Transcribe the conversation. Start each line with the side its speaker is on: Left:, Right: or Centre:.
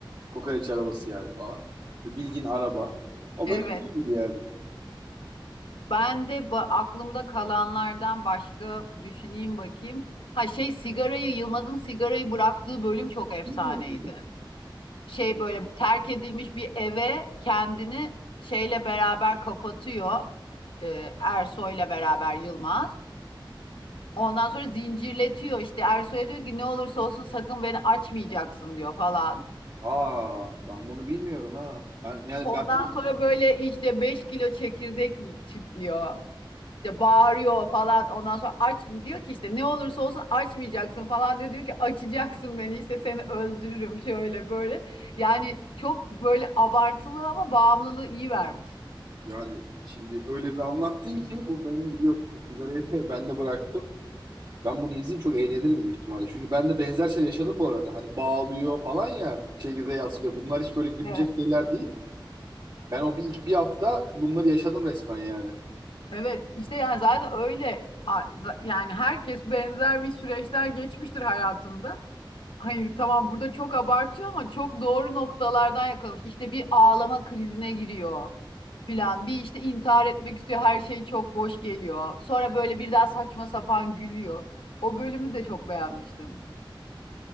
Right: Kokoreç arabası yani falan. Bildiğin araba. O
Left: Evet.
Right: benim gibi yani.
Left: Ben de ba- aklımda kalanlardan başka düşüneyim bakayım. Ha şey sigarayı Yılmaz'ın sigarayı bıraktığı bölüm çok efsaneydi.
Right: Hmm.
Left: Şey böyle terk edilmiş bir eve kendini şeyle beraber kapatıyor. Ee, Ersoy'la beraber Yılmaz. Ondan sonra zincirletiyor işte Ersoy'a diyor ki ne olursa olsun sakın beni açmayacaksın diyor falan.
Right: Aa ben bunu bilmiyorum ha. Ben yani
Left: Ondan
Right: ben
Left: sonra böyle işte 5 kilo çekirdek çitliyor. İşte bağırıyor falan. Ondan sonra aç diyor ki işte ne olursa olsun açmayacaksın falan diyor. Diyor ki açacaksın beni işte seni öldürürüm şöyle böyle. Yani çok böyle abartılı ama bağımlılığı iyi vermiş.
Right: yani şimdi öyle bir anlattın ki bu benim biliyorsun sigarayı <laughs> ben de bıraktım. Ben bunu izleyeyim çok eğlenirim büyük ihtimalle. Çünkü ben de benzer şey yaşadım bu arada. Hani bağlıyor falan ya çekirdeğe asılıyor. Bunlar hiç böyle güncel
Left: Evet.
Right: şeyler değil. Ben o bir ilk bir hafta bunları yaşadım resmen yani.
Left: Evet işte yani zaten öyle A- za- yani herkes benzer bir süreçler geçmiştir hayatında. Hayır tamam burada çok abartıyor ama çok doğru noktalardan yakalamış. İşte bir ağlama krizine giriyor filan. Bir işte intihar etmek istiyor. Her şey çok boş geliyor. Sonra böyle bir daha saçma sapan gülüyor. O bölümü de çok beğenmiştim.